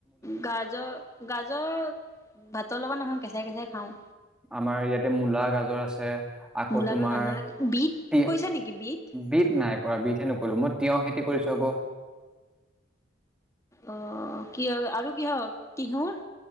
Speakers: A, on the left; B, in the centre.
A: গাজৰ, গাজৰ ভাতৰ লগত নাখাওঁ, কেঁচাই, কেচাই খাওঁ।
B: আমাৰ ইয়াতে মূলা, গাজৰ আছে আকৌ
A: মূলাটো
B: তোমাৰ
A: ভাল নালাগে বিট
B: তি
A: কৈছা নেকি বিট
B: বিট নাই কৰা বিট হে, নকৰিলো মই তিয়হ খেতি কৰিছো আকৌ।
A: অ', কিয় আৰু কিহৰ তিহুৰ।